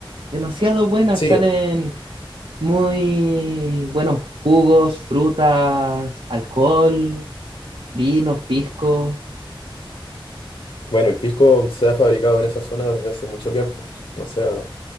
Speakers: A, on the right; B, on the left.
A: Demasiado buena.
B: Sí,
A: Salen muy buenos jugos, frutas, alcohol, vinos, pisco.
B: bueno, el pisco se ha fabricado en esa zona desde hace mucho tiempo, o sea,